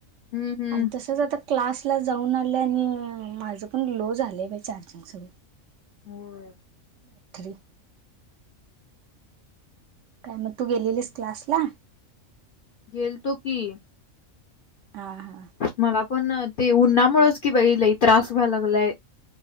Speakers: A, on the left; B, on the right.
A: हम्म हम्म.
B: आणि तसच आता क्लासला जाऊन आणलं आणि माझं पण लो झालं बा चार्जिंग सगळं
A: होय.
B: बाख्री काय मग तू गेलेलीस क्लास ला
A: गेलतो की
B: हा हा
A: मला पण ते उन्हामुळेच कि बाई लई त्रास व्हाय लागलाय